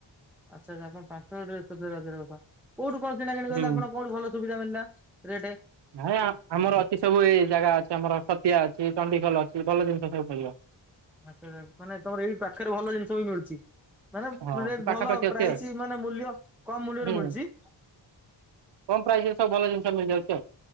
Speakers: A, in the centre; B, on the right (about 60°).
A: ଆଛା ଆଛା ଆପଣ ପାଞ୍ଚମ ମିନଟ୍ <unintelligible> କୋଉଠୁ କଁ କିଣା କିଣି
B: ହୁଁ
A: କଲେ ଆପଣ? କୋଉଠି ଭଲ ସୁୁବିଧା ମିଳିଲା। ରେଟ?
B: ନାଇଁ ଆ ଆମର ଏ ସବୁ ଏଇ ଜାଗା ଅଛି ଆମର ଅଛି ଖତିଆ ଅଛି ଚଣ୍ଡିଖୋଲ ଅଛି ଭଲ ଜିନିଷ ସବୁ ମିଳିବ।
A: ଆଛା ଜନପାନେ ତମର ଏଇ ପାଖରେ ଭଲ ଜିନିଷ ବି ମିଳୁଚି। ମାନେ
B: ହଁ
A: ରେଟ
B: ପାଖାପାଖି
A: ଭଲ ପ୍ରାଇସ୍
B: ଅଛି ଆଉ
A: ମାନେ ମୂଲ୍ୟ କମ ମୂଲ୍ୟରେ
B: ହୁଁ
A: ମିଳୁଚି।
B: କମ ପ୍ରାଇଜ ରେ ସବୁ ଭଲ ଜିନିଷ ମିଳିଯାଉଛି ଆଉ।